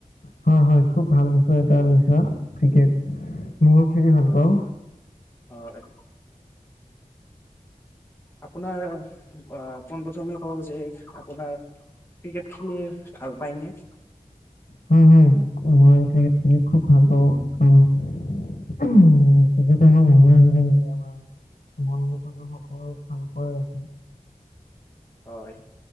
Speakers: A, on the left (about 75°); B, on the left (about 15°).
A: হয়-হয় খুব ভাল বিষয় এটা লৈছো আৰু ক্ৰিকেট। মইয়ো খেলি ভাল
B: অ
A: পাওঁ।
B: হয়। আপোনাৰ আ পোন প্ৰথমে কওঁ যে আপোনাৰ ক্ৰিকেট খেলি ভাল পায়নে?
A: হয়-হয়, মই ক্ৰিকেট খেলি খুব ভাল পাওঁ। কাৰন উম' এইখিতে আমাৰ মনোৰঞ্জন যে আমাৰ মন মগজু সকলো ভালকৈ ৰাখে
B: হয়।